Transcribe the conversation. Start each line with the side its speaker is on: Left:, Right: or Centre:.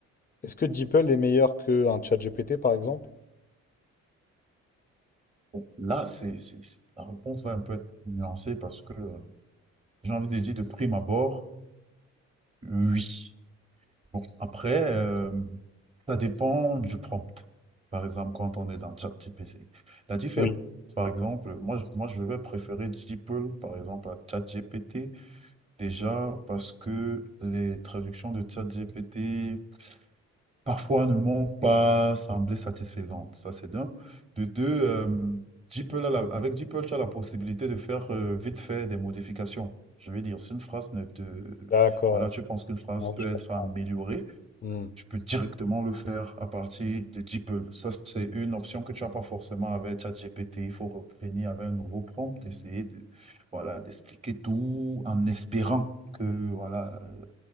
Left: Est-ce que DeepL est meilleur qu'un ChatGPT, par exemple?
Right: Bon, là, c'est, c'est, c'est- la réponse va un peu être nuancée parce que. euh, J'ai envie de dire de prime abord, oui. Bon, après, euh, ça dépend du prompt. Par exemple, quand on est dans ChatGPT. La différence,
Left: Oui.
Right: par exemple, moi, je- moi je vais préférer DeepL, par exemple, à ChatGPT, déjà parce que les traductions de ChatGPT parfois ne m'ont pas semblé satisfaisantes. Ça, c'est d'un. De deux, euh, DeepL a la- avec DeepL, tu as la possibilité de faire euh, vite fait des modifications. Je veux dire, si une phrase ne te...
Left: D'accord,
Right: Voilà, tu penses qu'une phrase
Left: Ouais,
Right: peut
Left: je
Right: être
Left: comprends.
Right: améliorée,
Left: Hmm.
Right: tu peux directement le faire à partir de DeepL. Ça, c'est une option que tu n'as pas forcément avec ChatGPT. Il faut revenir avec un nouveau prompt, essayer de, voilà, d'expliquer tout en espérant que, voilà, euh,